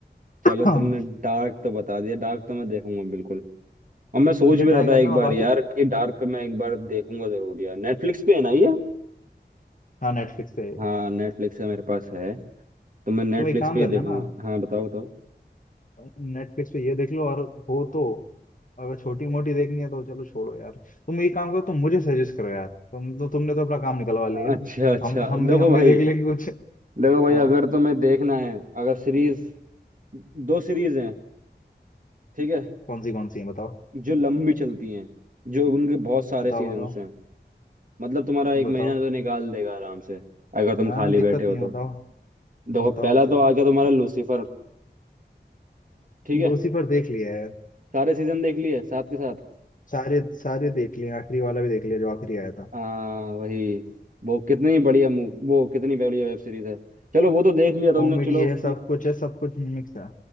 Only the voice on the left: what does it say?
है
<clears throat>
तो ये
ट्राई
करना
और बाकी
हाँ नेटफ्लिक्स पे
तुम एक काम
करना
ना
नेटफ्लिक्स पे ये देख लो और हो तो अगर छोटी मोटी देखनी है तो चलो छोड़ो यार तुम एक काम करो तुम मुझे सजेस्ट करो यार तुम तो तुमने तो अपना काम निकलवा लिया
हम हम
भी हम
भी देख लेंगे कुछ
हाँ
कौन सी कौन सी है बताओ
बताओ
बताओ
बताओ
हाँ
दिक्कत
नहीं
है, बताओ
बताओ
बताओ
खा-
लूसीफर देख लिया है यार
सारे सारे देख लिए आखिरी वाला भी देख लिया जो आखिरी आया था
कॉमेडी
है
सब कुछ है सब कुछ मिक्स है